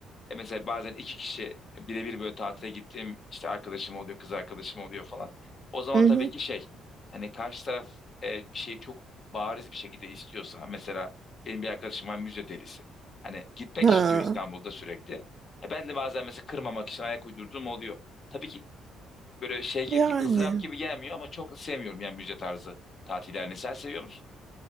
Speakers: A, on the left (about 45°); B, on the right (about 45°).
A: E, mesela bazen iki kişi e, birebir böyle tatile gittiğim işte arkadaşım oluyor, kız arkadaşım oluyor falan. O zaman
B: mhm.
A: tabii ki şey hani karşı taraf e, bir şeyi çok bariz bir şekilde istiyorsa mesela benim bir arkadaşım var müze delisi. Hani gitmek
B: Ha.
A: istiyor İstanbul'da sürekli. E, ben de bazen mesela kırmamak için ayak uydurduğum oluyor. Tabii ki böyle şey gibi
B: Yani.
A: ızdırap gibi gelmiyor ama çok sevmiyorum yani müze tarzı tatillerini. Sen seviyor musun?